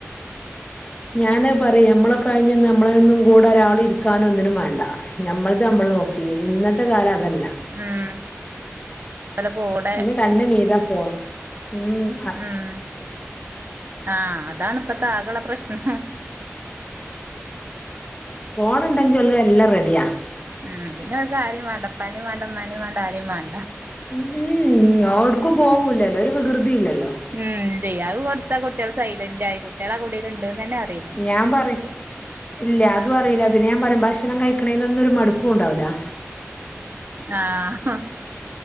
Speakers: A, on the left (about 25°); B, on the right (about 45°).
A: ഞാന് അത് പറയും നമ്മളൊക്കെ കഴിഞ്ഞ് നിന്ന് നമ്മളെന്നും കൂടെ ഒരാളും ഇരി ക്കാന ഒന്നിനും വാണ്ട നമ്മൾത് നമ്മള് നോക്കീനി ഇന്നത്തെ കാല അതല്ല
B: ഉംഹ് അല്ല ഫോണ്
A: ഇന്ന് രണ്ട് മീരാ ഫോൺ ഉംഹ്
B: ഉംഹ് ആഹ് അതാണ് ഇപ്പെത്തെ ആക കയുള്ള പ്രശ്നം
A: ഫോൺ ഉണ്ടെങ്കി ഉള്ളയെല്ലാം റെഡിയാ
B: ഉംഹ് പിന്നെ അവർക്ക് ആരെയും വാണ്ട ഉപ്പാനെ വാണ്ട ഉമ്മാനേ വാണ്ട ആരേ വാണ്ട
A: ഉംഹ് ഓടുക്കും പോവൂല്ലല്ലോ ഒരു വികൃതി ഇല്ലല്ലോ
B: ഉംഹ് ദയാഹു കൊടുത്ത കുട്ടികൾ സൈലന്റ് ആയി കുട്ടികൾ ആ കൂടിയിൽ ഉണ്ടെന്ന് തന്നെ അറിയില്ല
A: ഞാൻ പറയും ഇല്ല അതു അറിയില്ല പിന്നെ ഞാൻ പറയും ഭക്ഷണം കഴിക്കണേ ഇന്നൊരു മടുപ്പും ഉണ്ടാവൂലാ
B: ആഹ്